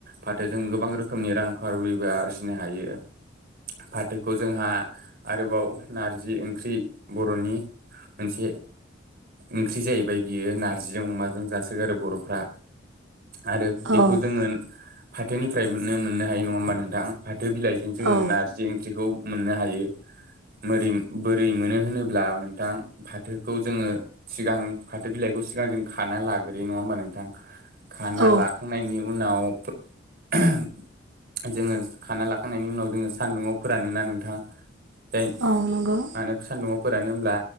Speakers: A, on the right; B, on the right.
A: फाथो जों गोबां रोखोमनि रांखाविबो आ <unintelligible> हायो। फाथोखौ जोंहा आरोबाव नारजि ओंख्रि बर'नि मोनसे ओंख्रि जाहैबाय बियो नारजिजों अमाजों जा सोगारो बर'फ्रा आरो बेखौ
B: औ
A: जोङो फाथोनिफ्राय मोननो मोननो हायो नङा होमबा नोंथां फाथो बिलाइजों जोङो
B: औ
A: नारजि ओंख्रिखौ मोननो हायो। मोरै बोरै मोनो होनोब्ला नोंथां फाथोखौ जोङो सिगां फाथो बिलाइ खौ सिगां जों खाना लाग्रोयो नङा होमबा नोंथां खाना
B: औ
A: लाखांनायनि उनाव <inaudible> जोङो खाना लाखांनायनि उनाव जोङो सान्दुङाव फोरानोना नोंथां। जाय
B: औ नंगौ
A: मानो सान्दुङाव फोरानो होमब्ला